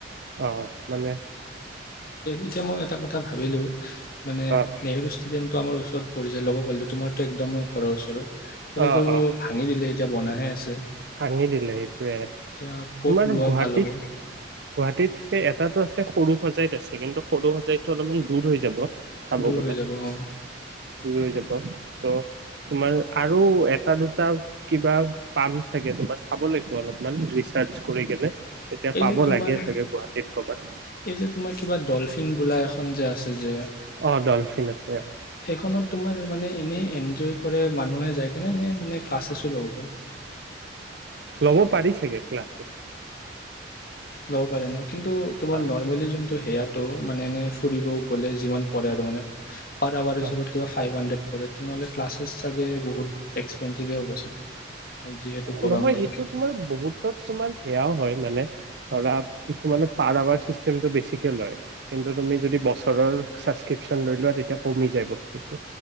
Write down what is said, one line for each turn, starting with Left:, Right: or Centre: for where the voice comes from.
Right: অঁ অঁ মানে।
Left: এতিয়া মই এটা কথা ভাবিলোঁ। মানে
Right: অ
Left: নেহেৰু ষ্টেডিয়াম। ত আমাৰ ওচৰত পৰিছে লব পাৰলো তোমাৰ টো একডম ঘৰৰ ওচৰতে। ল সেইটোত
Right: অ', অ',
Left: ভাঙি দিলে। এতিয়া বনাইহে আছে।
Right: ভাঙি দিলে সেইটোৱে আৰু তোমাৰ
Left: এতিয়া ক'ত লোৱা
Right: গুৱাহাটীত
Left: ভাল হ'ব
Right: গুৱা। তিত হে এটাতো আছে সৰু। সজাইত আছে কিন্তু সৰু সজাইতো অলপমান দূৰ হৈ যাব। চাব
Left: দূৰ
Right: গ'লে
Left: হৈ যাব অঁ।
Right: দূৰ হৈ যাব ত তোমাৰ আৰু এটা দুটা কিবা পাম। এতিয়া তোমাৰ চাব লাগিব অলপমান ৰিৰ্চাজ কৰি কেনে। তেতিয়া
Left: এই
Right: পাব
Left: যে তোমাৰ
Right: লাগে চাগে গুৱাহাটীত ক'বাত।
Left: এই যে তোমাৰ কিবা ডলফিন বোলা এখন যে আছে যে,
Right: অঁ ডলফিন আছে।
Left: সেইখনত তোমাৰ মানে এনে এনজয়, কৰে মানুহে যায় কেনে মানে, ক্লাছছো ল'ব পাৰে।
Right: লব পাৰি চাগে ক্লাছেছ।
Left: ল'ব পাৰে ন কিন্তু তোমাৰ
Right: অ',
Left: নৰ্মেলি যোনটো। সেয়াতো মানে এনে ফুৰিব গ'লে যিমান পৰে আৰু মানে। পাৰ আৱাৰৰ হিচাপত
Right: অ'।
Left: কিবা ফাইভহাণ্ড্ৰেড। কৰে তেনেহ'লে ক্লাছেছ চাগে বহুত এক্সপেঞ্চিভে হ'ব চাগে। আৰু যিহেতু
Right: অ
Left: গৰম
Right: নহয়
Left: দিন
Right: সেইটো তোমাৰ বহুতত তোমাৰ সেয়াও হয় মানে। ধৰা কিছুমানত পাৰ আৱাৰ চিষ্টেমটো বেছিকে লয় কিন্তু তুমি যদি বছৰৰ সাবকৃপচন লৈ লোৱা তেতিয়া কমি যায় বস্তুটো